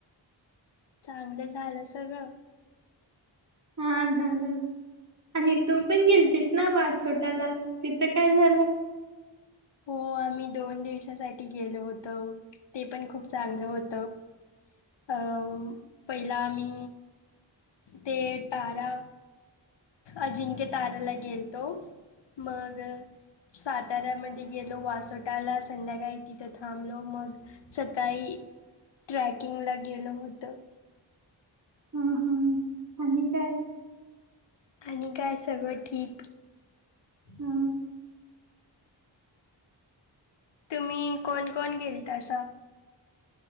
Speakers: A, on the left; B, on the right.
A: चांगलं झालं सगळं?
B: हा झालं आणि तू पण गेलतीस ना वाससोटाला, तिथं काय झालं?
A: हो, आम्ही दोन दिवसासाठी गेलो होतो, ते पण खूप चांगलं होतं अ... पहिला मी, ते तारा अजिंक्य ताराला गेलतो मग साताऱ्यामध्ये गेलो, वासोटाला... संध्याकाळी तिथं थांबलो मग सकाळी ट्रॅकिंगला गेलो होतो
B: हा हा आणि काय?
A: आणि काय सगळं ठीक.
B: हा.
A: तुम्ही कोण कोण गेलतासा?